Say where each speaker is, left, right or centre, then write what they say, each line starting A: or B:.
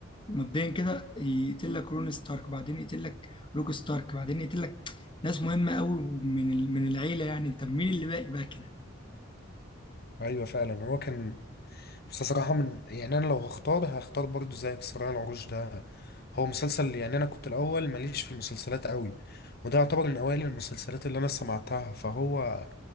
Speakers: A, on the left; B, on the left.
A: مبدئيا كده يقتل لك رون ستارك بعدين يقتل لك روك ستارك بعدين يقتل لك ناس مهمه قوي من ال- من العيله يعني انت مين اللي باقي بقى كده
B: ايوه فعلا هو كان بس صراحة من يعني انا لو هختار هختار برضو زيك صراع العروش ده هو مسلسل يعني انا كنت الاول ماليش في المسلسلات قوي وده يعتبر من اوائل المسلسلات اللي انا سمعتها فهو